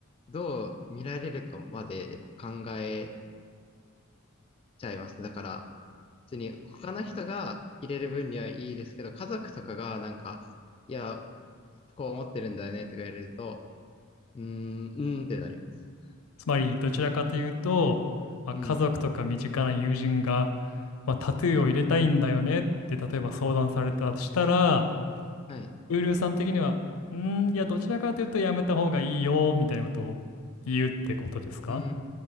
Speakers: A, on the left; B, on the left.
A: どう見られるかまでやっぱ考えちゃいますね。だから、普通に他の人が入れる分にはいいですけど、家族とかがなんか、いや、こう思ってるんだよねとか言われると、うーん、うーんってなります。
B: つまり、どちらかというと、まあ、
A: うん。
B: 家族とか身近な友人が、まあ、タトゥーを入れたいんだよねって、
A: はい。
B: 例えば相談されたとしたら、
A: はい。
B: ウルーさん的には、んー、いや、どちらかというとやめた方がいいよ、みたいなことを言うってことですか
A: うー